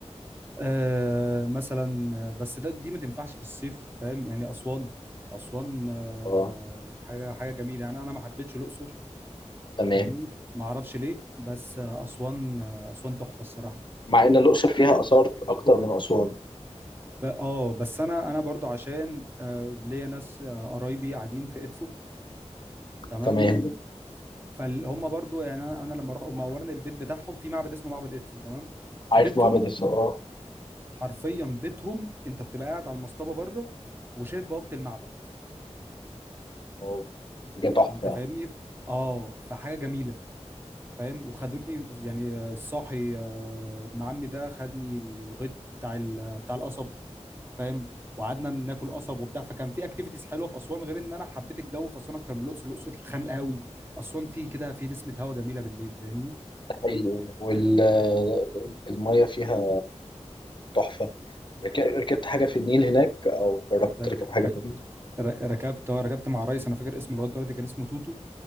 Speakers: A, on the right; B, on the left.
A: آه مثلا آه، بس ده دي ما تنفعش في الصيف فاهم يعني أسوان أسوان آه
B: اه
A: حاجة حاجة جميلة يعني أنا ما حبيتش الأقصر
B: تمام
A: فاهمني ما أعرفش ليه بس آه، أسوان آه، أسوان تحفة الصراحة
B: مع ان الاقصر فيها اثار اكتر من اسوان
A: ب- اه بس انا انا برضو عشان آه ليا ناس آه، قرايبي قاعدين في ادفو تمام
B: تمام
A: فهم برضو يعني انا أنا لما اروح هم اولا البيت بتاعهم في معبد اسمه معبد ادفو تمام
B: <laughs> عارف
A: بيتهم
B: معبد الفقراء
A: حرفيا بيتهم انت بتبقى قاعد على المصطبه بره وشايف بوابه المعبد
B: آه، حاجه تحفه
A: انت
B: ده
A: فاهمني اه فحاجه جميله فاهم وخدوني يعني آه، الصاحي آه، ابن عمي ده خدني الغيط بتاع ال- بتاع القصب فاهم وقعدنا ناكل قصب وبتاع فكان في اكتيفيتيز حلوه في اسوان غير ان انا حبيت الجو في اسوان اكتر من الاقصر الاقصر خانقه قوي اسوان فيه كده في نسمه هوا جميله بالليل فاهمني
B: حقيقي والميه فيها تحفه رك- ركبت حاجه في النيل هناك او جربت
A: رك...
B: تركب حاجه في النيل
A: رك... ركبت آه، ركبت مع ريس انا فاكر اسمه لغايه دلوقتي كان اسمه توتو